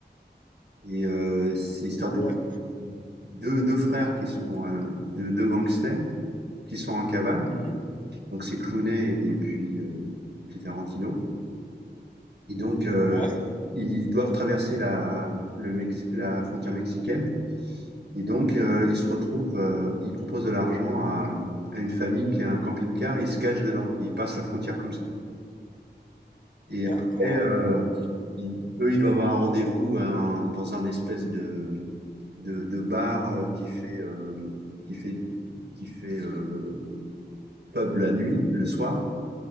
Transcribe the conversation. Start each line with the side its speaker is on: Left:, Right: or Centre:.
Right: Et euh, c'est l'histoire
Left: Ouais.
Right: de deux, deux frères qui sont euh, deux, deux gangsters qui sont en cavale.
Left: Mhm.
Right: Donc c'est Clooney et puis, euh, et puis Tarantino. Et donc euh,
Left: Ouais,
Right: ils doivent traverser la, le Mex- la frontière mexicaine. Et donc euh, ils se retrouvent, euh, ils proposent de l'argent à, à une famille qui a un camping-car, ils se cachent dedans et ils passent la frontière comme ça. Et après,
Left: d'accord.
Right: euh, ils- eux, ils doivent avoir un rendez-vous à un- dans un espèce de, de, de bar euh, qui fait, euh, qui fait, qui fait euh, pub la nuit, le soir.